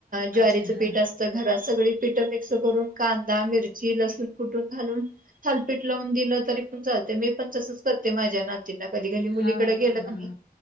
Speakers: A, on the right; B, on the left.
A: ज्वारीचं
B: अच्छा हां.
A: पीठ असतं घर सगळी पीठ मिक्स करून कांदा मिरची लसूण कुठून घालून थालपीट लावून दिलं तरी पण चालते मी पण तसच करते माझ्या ना जिना कधी घली मुलीकडे
B: हा हा
A: गेलं
B: हा
A: क नाही.